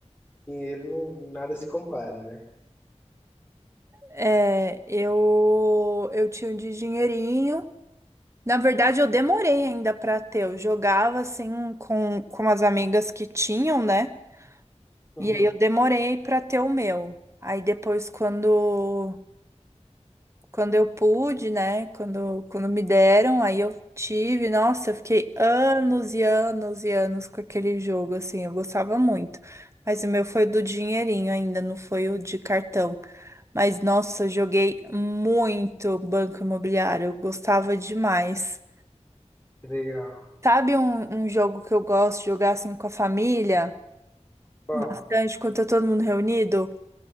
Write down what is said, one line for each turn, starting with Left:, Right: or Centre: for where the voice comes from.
Left: dinheiro não, nada se compara, né?
Right: É, eu, eu tinha um de dinheirinho. Na verdade, eu demorei ainda pra ter. Eu jogava assim com, com as amigas que tinham, né?
Left: Uhum.
Right: E aí eu demorei pra ter o meu. Aí depois, quando, quando eu pude, né? Quando, quando me deram, aí eu tive. Nossa, eu fiquei anos e anos e anos com aquele jogo, assim. Eu gostava muito. Mas o meu foi do dinheirinho ainda, não foi o de cartão. Mas nossa, eu joguei muito Banco Imobiliário. Eu gostava demais.
Left: Que Legal.
Right: Sabe um, um jogo que eu gosto de jogar assim com a família?
Left: Qual?
Right: Bastante, quando tá todo mundo reunido?